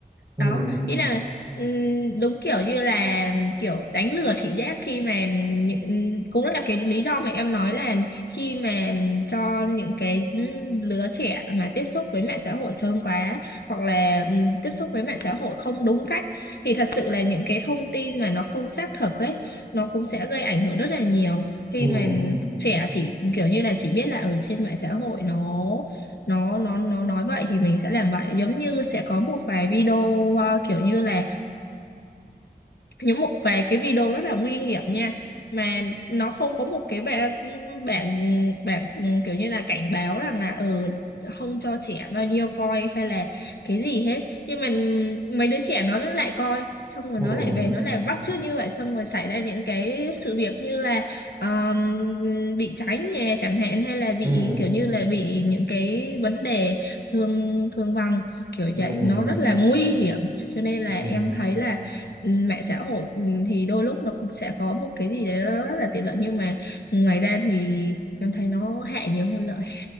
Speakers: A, on the right; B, on the left.
A: ừ
B: đó nghĩa là ừm, đúng kiểu như là kiểu đánh lừa thị giác khi mà những- cũng là cái lý do mà em nói là khi mà cho những cái ừm, lứa trẻ mà tiếp xúc với mạng xã hội sớm quá hoặc là ừm, tiếp xúc với mạng xã hội không đúng cách thì thật sự là những cái thông tin mà nó không xác thực ấy nó cũng sẽ gây ảnh hưởng rất là nhiều khi
A: ừ
B: mà trẻ chỉ kiểu như là chỉ biết là ở trên mạng xã hội nó nó nó nó nói vậy thì mình sẽ làm vậy giống như sẽ có một vài video ờ, kiểu như là những một vài cái video rất là nguy hiểm nha mà nó không có một cái bảng bảng bảng ừ, kiểu như là cảnh báo rằng là ờ không cho trẻ bao nhiêu coi hay là cái gì hết nhưng mà ừ, mấy đứa trẻ nó lại coi xong rồi
A: ừ
B: nó lại về nó lại bắt chước như vậy xong rồi xảy ra những cái sự việc như là um, bị cháy nhà chẳng hạn hay là bị
A: ừ
B: kiểu như là bị những cái vấn đề thương thương vong kiểu
A: ừ
B: vậy nó rất là nguy hiểm cho nên là
A: ừ ừ.
B: em thấy là ừ, mạng xã hội ừ, thì đôi lúc nó cũng sẽ có một cái gì đấy nó rất là tiện lợi nhưng mà ngoài ra thì em thấy nó hại nhiều hơn lợi